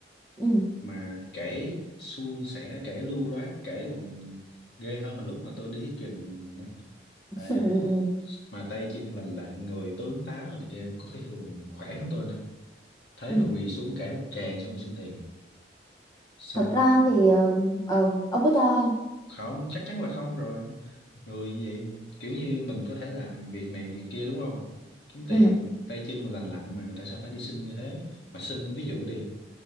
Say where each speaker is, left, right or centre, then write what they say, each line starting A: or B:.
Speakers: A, on the left; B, on the left.
A: ừ.
B: mà kể suôn sẻ kể lưu loát kể còn ghê hơn mà lúc mà tôi đi thuyết trình nữa.
A: <laughs>
B: đấy
A: ừ. ừ, ừ.
B: mà tay chân lành lặn người tướng tá rồi này kia có khi còn khỏe hơn tôi nè thế
A: Ừ.
B: mà quỳ xuống cãi một tràng xong rồi xin tiền xong
A: thực ra thì ờ, ờ, ông có cho không
B: không chắc chắn là không rồi người như vậy kiểu như mình có thể làm việc này việc kia đúng không kiếm tiền
A: ừ
B: tay chân lành lặn mà tại sao phải đi xin như thế mà xin ví dụ đi